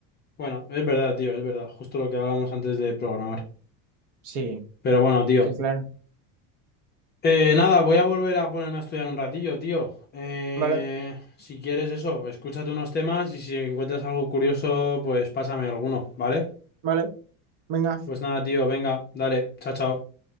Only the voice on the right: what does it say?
Sí,
que claro.
Vale,
vale, venga,